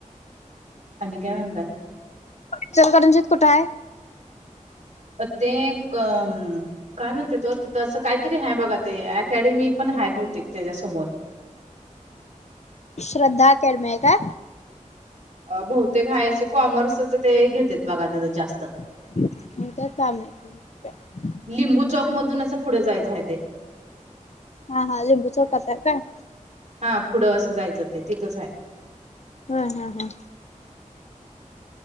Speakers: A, on the right (about 60°); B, on the left (about 60°).
A: काय म्हत
B: ्चर करणजित कुठं आहे
A: अ अ काय म्हणते तो तिथं असं काहीतरी हाय बघा ते अकॅडमी पण हाय बते त्याच्यासमोर
B: श्रद्धा केडमय का
A: बहुतेक आहेय असे कॉमर्सच ते घेतेत बघा तथं जास्त
B: <unintelligible>
A: लिंबू चौक मधून असं पुढे जायचं आहे ते.
B: हा हा लिंबू चौकात हाय काय?
A: हा पुढं असं जायचं ते तिथच आहे.
B: हा हा हा